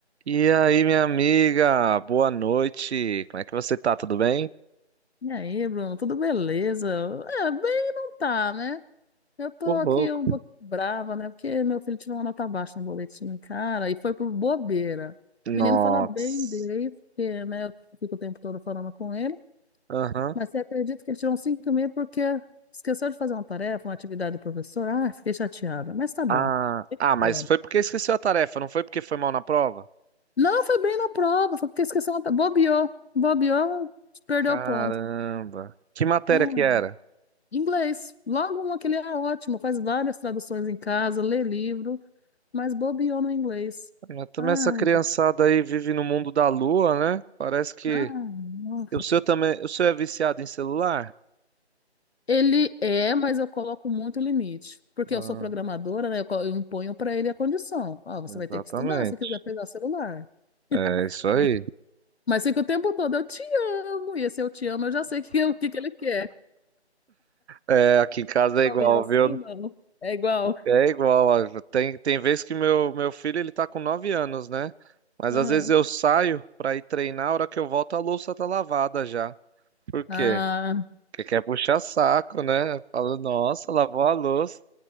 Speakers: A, on the right (about 75°); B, on the left (about 65°).
A: E aí, minha amiga, boa noite. Como é que você tá? Tudo bem?
B: E aí, Bruno, tudo beleza? É, bem não tá, né? Eu tô
A: Ô, louco.
B: aqui um pouquinho brava, né? Porque meu filho tirou uma nota baixa no boletim, cara, e foi por bobeira.
A: Nossa.
B: O menino fala bem dele, porque, né, eu fico o tempo todo falando com ele,
A: Aham.
B: mas você acredita que ele tirou um cinco e meio porque esqueceu de fazer uma tarefa, uma atividade do professor? Ah, fiquei chateada, mas tá bom.
A: Ah, ah, mas
B: É.
A: foi porque esqueceu a tarefa, não foi porque foi mal na prova?
B: Não, foi bem na prova, foi porque esqueceu uma... ta- Bobeou, bobeou, perdeu
A: Caramba.
B: o ponto.
A: Que matéria
B: Ah.
A: que era?
B: Inglês. Logo uma que é ótimo, faz várias traduções em casa, lê livro, mas bobeou no inglês.
A: Ah, Também
B: Ai,
A: essa criançada
B: de-
A: aí vive no mundo da lua, né? Parece que
B: ai, nossa.
A: o seu também, o seu é viciado em celular?
B: ele é, mas eu coloco muito limite, porque
A: Ah,
B: eu sou programadora, né? Eu, co- eu imponho para ele a condição. Ó, você
A: exatamente.
B: vai ter que estudar se quiser pegar o celular.
A: É isso aí.
B: Ai. Mas fica o tempo todo, eu te amo. E esse eu te amo, eu já sei que, é o que que ele quer.
A: É, aqui em casa
B: Também
A: é igual,
B: é assim,
A: viu?
B: não? É igual.
A: É igual, ó, tem, tem vezes que meu, meu filho ele tá com 9 anos, né? Mas
B: Aham.
A: às vezes eu saio pra ir treinar, a hora que eu volto a louça tá lavada já. Por quê?
B: Ah,
A: Porque quer puxar saco, né? Fala, nossa, lavou a louça.